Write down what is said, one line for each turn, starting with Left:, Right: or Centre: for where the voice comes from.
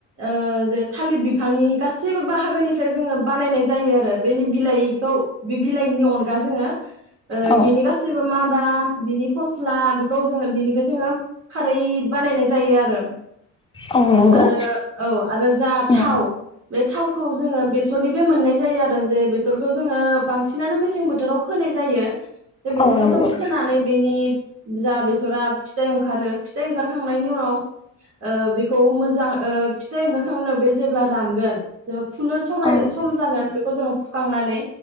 Right: ओ जे थालिर बिफांनि गासैबो बाहाग फ्राय जोङो बानायनाय जायो आरो बेनि बिलायखौ बि बिलाइनि अनगा जोङो ओ
Left: औ
Right: बिनि गासिबो मादा बिनि फस्ला खौ जोङो बिनिफ्राय जोङो खारै बानायनाय जायो आरो
Left: औ नंगौ
Right: आरो औ आरो जा
Left: औ
Right: थाव बे थाव जोङो बेसरनि निफ्राय मोननाय जायो आरो जे बेसरखौ जोङो बांसिनानो मेसें बोथोराव फोनाय जायो बे बेसरखौ
Left: औ नंगौ औ नंगौ
Right: जों फोनानै बेनि जा बेसरा फिथाइ ओंखारो फिथाइ ओंखारखांनायनि उनाव ओ बेखौ मोजां ओ फिथाइ ओंखारखांनायनि उनाव बे जेब्ला रानगोन जो फुनो समाय
Left: औ
Right: सम जागोन बेखौ जोंङ सुखांनानै